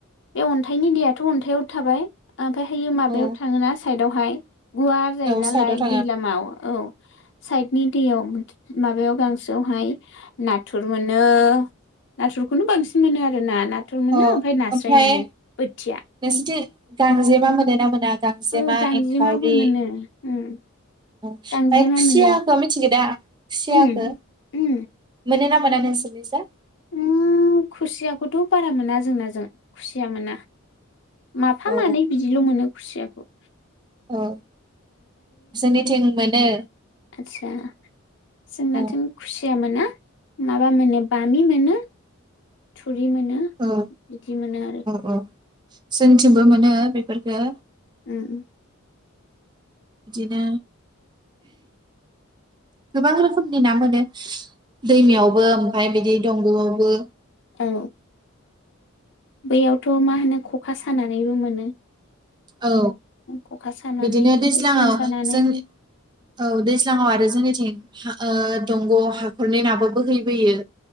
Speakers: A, on the left; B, on the right.
A: बे अन्थाइनि दैेयाथ अन्थाइआव थाबाय। ओमफफ्रायहायो मायाव
B: औ
A: थाङोना साइदआव हाय। गुवार जायो
B: औ
A: नालाय
B: साइदआव थाङो
A: दै लामायाव। औ साइडनि। दैयाव माबायाव गांसोयावहाय नाथुर मोनो नाथुरखौनो बांसिन मोनो आरो ना। नाथुर मोनो
B: औ
A: ओमफ्राय नास्राय
B: ओमफ्राय
A: मोनो बोथिया
B: नोंसिथि गांजेमा मोनोना मोना गांजेमा
A: औ गांजेमाबो
B: एंखावरि।
A: मोनो उम
B: फाय
A: गांजेमा
B: खुसियाखौ
A: मोनो
B: मिथि जेदा खुसियाखो
A: उम उम
B: मोनोना <unintelligible>
A: उम खुसियाखौथ बारा मोना जोंनाजों खुसिया मोना। माफा
B: औ
A: मानै बिदिल मोनो। खुसियाखौ
B: औ जोंनिथिं मोनो।
A: आतसा जोंनाथिं
B: औ
A: खुसिया मोन ना माबा मोनो बामि मोनो थु थुरि मोनो
B: औ
A: बिदि मोनो आरो
B: औ औ जोंथिंबो मोनो बेफोरखो
A: उम उम
B: बिदिनो गोबां रोखोमनि ना मोनो दैमायावबो ओमफाय बिदि दंगआवबो।
A: औ बैयावथ मा होनो खखा सानानैबो मोनो।
B: औ
A: खखा सानानै
B: बिदिनो दैज्लाङाव
A: ओमफ्राय सेन सानानै
B: जों औ दैज्लाङाव आरो जोंनिथिं हा ओ दंग हाखरनि नाबो बोहैैबोयो।